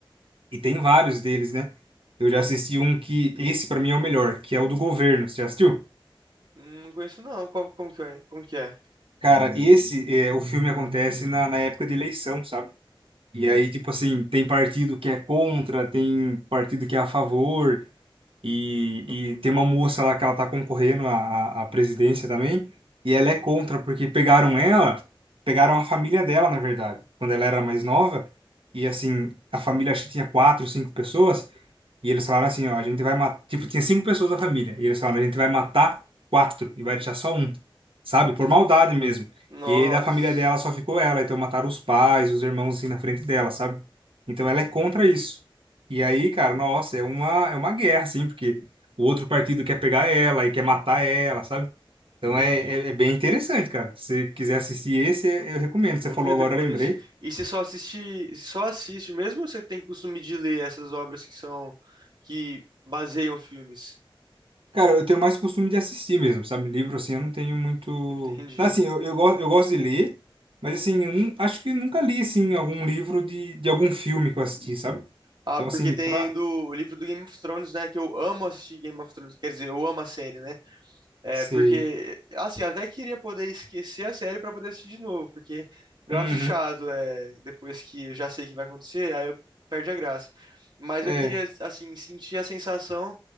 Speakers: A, on the right; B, on the right.
A: E tem vários deles, né? Eu já assisti um que, esse pra mim é o melhor, que é o do governo. Você já assistiu?
B: <laughs> Não conheço não. Como, como que é? Como que é?
A: Cara, esse, é, o filme acontece na, na época de eleição, sabe? E aí, tipo assim, tem partido que é contra, tem partido que é a favor, e, e tem uma moça lá que ela tá concorrendo à, à à presidência também, e ela é contra, porque pegaram ela, pegaram a família dela, na verdade, quando ela era mais nova, e assim, a família acho que tinha quatro, cinco pessoas, E eles falaram assim, ó, a gente vai matar. Tipo, tinha cinco pessoas da família. E eles falaram, a gente vai matar quatro e vai deixar só um. Sabe? Por maldade mesmo.
B: Nossa,
A: E da família dela só ficou ela. Então mataram os pais, os irmãos assim na frente dela, sabe? Então ela é contra isso. E aí, cara, nossa, é uma, é uma guerra, assim, porque o outro partido quer pegar ela e quer matar ela, sabe? Então
B: entendi.
A: é, é, é bem interessante, cara. Se você quiser assistir esse, eu recomendo.
B: Vou
A: Você falou
B: ver
A: agora,
B: depois.
A: eu lembrei.
B: E você só assiste, só assiste mesmo ou você tem costume de ler essas obras que são, que baseiam filmes?
A: Cara, eu tenho mais costume de assistir mesmo, sabe? Livro, assim, eu não tenho muito.
B: Entendi.
A: tá, Assim, eu, eu, go- eu gosto de ler, mas, assim, eu nun- acho que nunca li, assim, algum livro de, de algum filme que eu assisti, sabe?
B: Ah,
A: Então,
B: porque
A: assim,
B: tem
A: pra.
B: do, o livro do Game of Thrones, né? Que eu amo assistir Game of Thrones. Quer dizer, eu amo a série, né? É,
A: Sei.
B: porque, assim, eu até queria poder esquecer a série pra poder assistir de novo, porque eu
A: Uhum.
B: acho chato, é, depois que eu já sei o que vai acontecer, aí eu perde a graça. Mas
A: É.
B: eu queria, assim, sentir a sensação